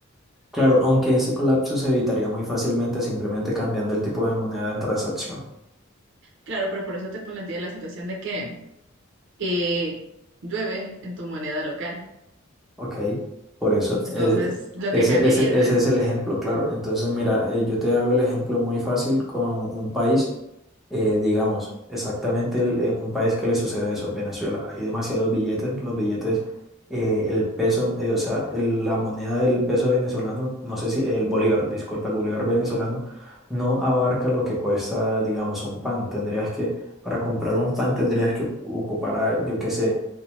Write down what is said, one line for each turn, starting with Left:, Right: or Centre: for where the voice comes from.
Centre: Claro, aunque ese colapso se evitaría muy fácilmente simplemente cambiando el tipo de moneda en transacción.
Right: Claro, pero por eso te planteé la situación de que eh, llueve en tu moneda local.
Centre: ¿Ok? Por eso,
Right: Entonces,
Centre: eh,
Right: lo
Centre: ese,
Right: que cambiaría
Centre: ese, ese
Right: todo eso.
Centre: es el ejemplo, claro. Entonces, mira, eh, yo te hago el ejemplo muy fácil con un país. Eh, digamos, exactamente el- eh, un país que le sucede eso, Venezuela. Hay demasiados billetes, los billetes, eh, el peso, eh, o sea, el- la moneda del peso venezolano, no sé si el bolívar, disculpa, el bolívar venezolano no abarca lo que cuesta, digamos, un pan. Tendrías que, para comprar un pan tendrías que ocupar, a, yo qué sé